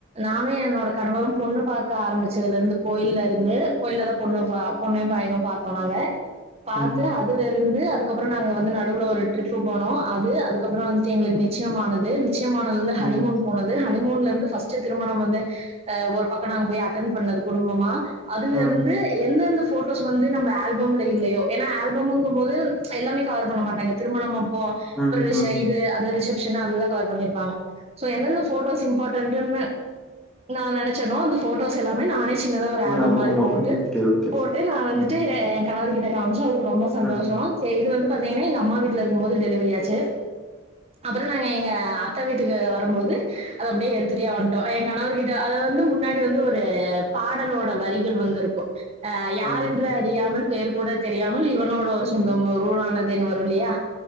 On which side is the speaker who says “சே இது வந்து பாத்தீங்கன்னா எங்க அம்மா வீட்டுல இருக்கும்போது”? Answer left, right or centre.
Right